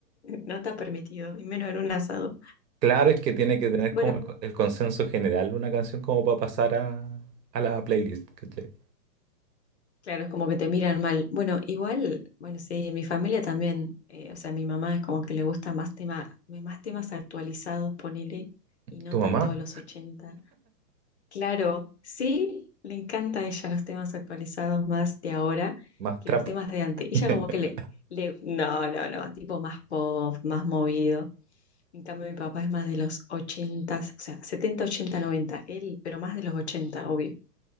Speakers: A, on the left (about 45°); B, on the right (about 75°).
A: No está permitido, y menos en un asado.
B: Claro, es que tiene que tener
A: Bueno,
B: como el, co- el consenso general una canción como para pasar a, a la playlist. ¿cachai?
A: claro, es como que te miran mal. Bueno, igual, bueno, sí, en mi familia también, eh, o sea, mi mamá es como que le gusta más tema, más temas actualizados, ponele, y no
B: Tu mamá,
A: tanto de los ochenta Claro, sí, le encanta a ella los temas actualizados más de ahora
B: más
A: que
B: trap.
A: los temas de antes. Ella
B: <laughs>
A: como que le, le, no, no, no, tipo más pop, más movido. En cambio, mi papá es más de los 80, o sea, 70 80 90 él, pero más de los 80 obvio.